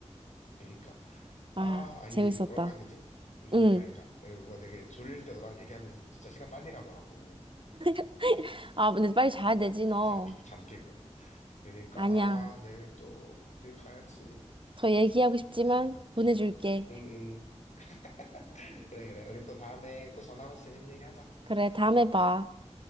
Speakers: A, on the left; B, on the right.
A: 그니까 러
B: 아,
A: 아 아니
B: 재밌었다.
A: 뭐라 해야 되지? 그니까
B: 응.
A: 러 그니까 내가 뭐가 되게 졸릴 때 너랑 얘기하면 진짜 시간 빨리 가더라고.
B: <laughs> 아, 근데 빨리 자야 되지,
A: 어잠잠
B: 너.
A: 깨고. 그니까
B: 아니야.
A: 러아 내일 또일 가야지.
B: 더 얘기하고 싶지만 보내줄게.
A: 응응. <laughs> 그래 그래. 우리 또 다음에 또 전화하면서 재밌는 얘기 하자.
B: 그래, 다음에 봐.